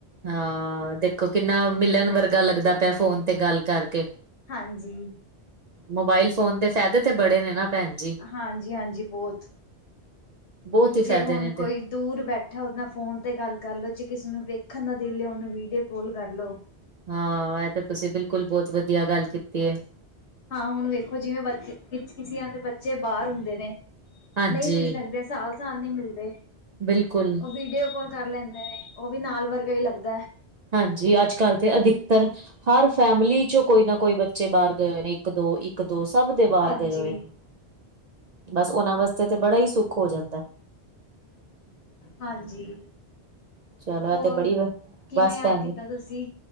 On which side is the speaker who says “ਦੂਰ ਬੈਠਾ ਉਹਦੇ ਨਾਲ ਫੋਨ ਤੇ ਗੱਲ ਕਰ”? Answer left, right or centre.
Left